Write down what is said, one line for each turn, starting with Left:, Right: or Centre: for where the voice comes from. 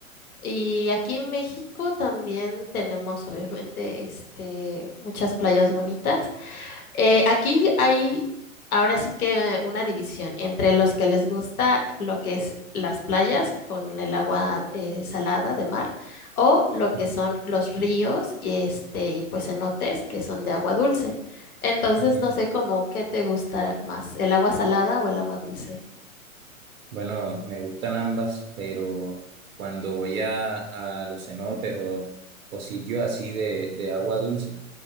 Left: Y aquí en México también tenemos, obviamente, este, muchas playas bonitas. Eh, aquí hay ahora sí que una división entre los que les gusta lo que es las playas con el agua eh, salada de mar o lo que
Right: ¿no?
Left: son los ríos y este y pues cenotes que son de agua dulce. Entonces
Right: Ujú.
Left: no sé cómo qué te gustará más, el agua salada o el agua dulce.
Right: Bueno, me gustan ambas, pero cuando voy a, a los cenotes o, o sitios así de, de agua dulce,